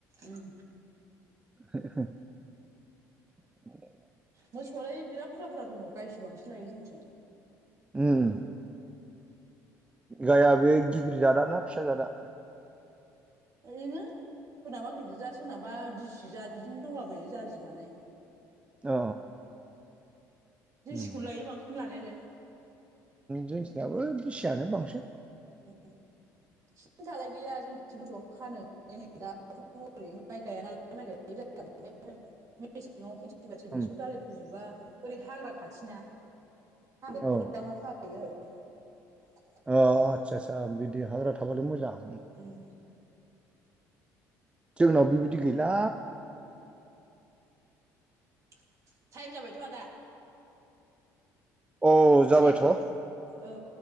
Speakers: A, on the right; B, on the right.
A: उम
B: <unintelligible>
A: मोसौआलाय बिराद बुरजा बुरजा दङ गायसो बांसिन लायो जोंथिं।
B: उम गाइआ बे गिदिर जादाना फिसा जादा?
A: ओरैनो सोरनाबा गिदिर जा सोरनाबा दिसिजानो दंलाबायो जार जि लानाय।
B: अ
A: दिसिखौ
B: उम
A: लायो बांसिन लानायालाय।
B: जोंनिथिनाबो दिसियानो बांसिन।
A: औ सिनथालाय गैया जोंं मोसौ खानो <unintelligible> दाथ' ओरैनो माइ गायानालाय माइ गाय <unintelligible> सोरबासो बेसर
B: उम
A: दालि फोजोबबा ओरै हाग्रा खाथिना हाग्रायावनो
B: औ
A: खायो। <unintelligible>
B: अ आदसा आसा बिदि हाग्रा थाबालाय मोजां।
A: उम
B: जोंनाव बिबायदि गैला।
A: टाइम जाबायथ' आदा
B: औ जाबायथ'
A: खोनायाखै ओ